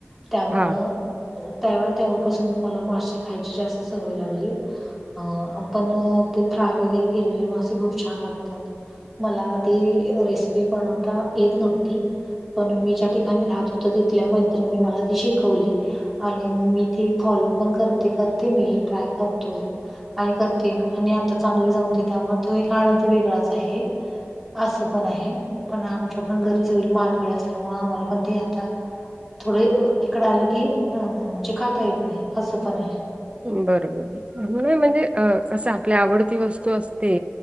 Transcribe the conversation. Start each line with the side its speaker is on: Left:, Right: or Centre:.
Centre: त्यामुळं
Right: हा
Centre: त्या तेव्हापासून मला मासे खायची जास्त सवय लागली. अं आपण ते फ्राय वगैरे केलेले मासे खूप छान लागतात. मला आधी रेसिपी बनवता येत नव्हती. पण मी ज्या ठिकाणी राहत होत तिथल्या मैत्रिणी मला ती शिकवली. आणि मग मी ती फॉलो पण करते करते मी ट्राय करतोय. आणि करते आणि आता चांगली जमते त्यामुळे तो एक आनंद वेगळाच आहे. असं पण आहे पण आमच्या पण घरी सगळी मारकडे असल्यामुळे आम्हाला पण ते आता थोडे इकडं आलं की अ म्हणजे खाता येत नाही हसं पण आहे.
Right: बरोबर म्हणजे अ कसं आपल्या आवडती वस्तू असते.